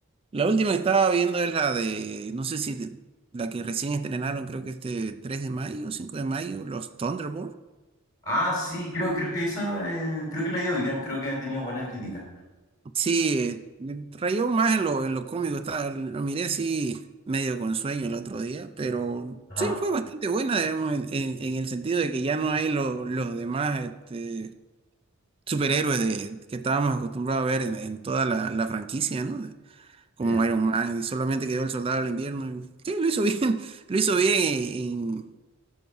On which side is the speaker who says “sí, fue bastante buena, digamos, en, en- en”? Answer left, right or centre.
Right